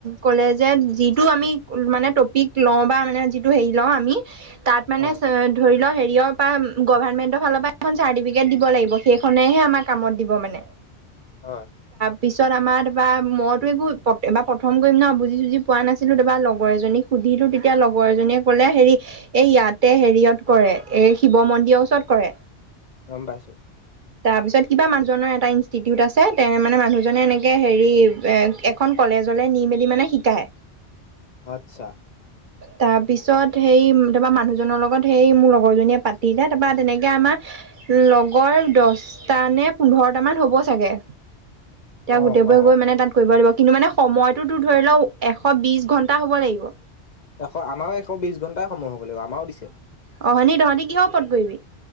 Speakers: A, on the right; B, on the left.
A: ক'লে যে যিটো আমি মানে টপিক লওঁ, বা মানে, যিটো হেৰি লওঁ আমি তাত মানে
B: অ
A: চ ধৰি লও হেৰি দিয় তা উম উম গভৰামেণ্টৰ ফালৰ পৰা এখন চাৰ্টিফিকেট দিব লাগিব সেইখনেহে আমাৰ কামত দিব মানে
B: হয়
A: পিছত আমাৰ তাপা মইতো একো বা প্ৰথম কৰিম ন বুজি চুজি পোৱা নাছিলো তাৰপা লগৰ এজনীক সুধিলো তেতিয়া লগৰ এজনীয়ে ক'লে হেৰি এই ইয়াতে হেৰিয়ত কৰে এ শিৱ মন্দিৰৰ ওচৰত কৰে
B: গম পাইছো।
A: তাৰপিছত কিবা মানুহজনৰ এটা ইনষ্টিটিউট আছে তে মানে মানুহজনে এনেকে হেৰি এ এখন কলেজলে নি মেলি মানে শিকায়
B: আচ্ছা
A: তাৰ পিছত হেৰি, তোমাৰ মানুহজনৰ লগত হেৰি মোৰ লগৰ জনীয়ে পাত দিলে তাৰপা তেনেকে আমাৰ লগৰ দহটা নে পোন্ধৰটা মান হ'ব চাগে এতিয়া
B: অ
A: গোটেইবোৰ
B: অ
A: গৈ মানে তাত কৰিব লাগিব। কিন্তু মানে সময়টোতো ধৰি লও এশ বিশ ঘণ্টা হব লাগিব
B: এশ আমাৰ অ এশ বিশ ঘণ্টাই সময় হ'ব বোলো আমাৰো দিছে
A: অ‌ হয় নি তহঁতি কিহৰ ওৰত কৰিবি